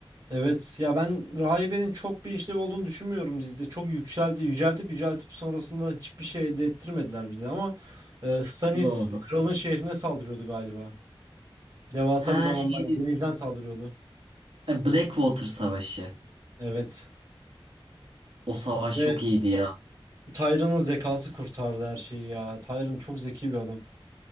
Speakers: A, on the right; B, on the right.
A: Evet ya ben Rahibe'nin çok bir işlevi olduğunu düşünmüyorum dizide. Çok yükseldi, yüceltip yüceltip sonrasında hiçbir şey elde ettirmediler bize ama e, Stannis
B: Doğru.
A: kralın şehrine saldırıyordu galiba. Devasa
B: Ha
A: bir donanmayla
B: şey diyorsun.
A: denizden saldırıyordu.
B: E, Blackwater Savaşı.
A: Evet.
B: O savaş
A: Ve
B: çok iyiydi ya.
A: Tyron'un zekası kurtardı her şeyi ya. Tyron çok zeki bir adam.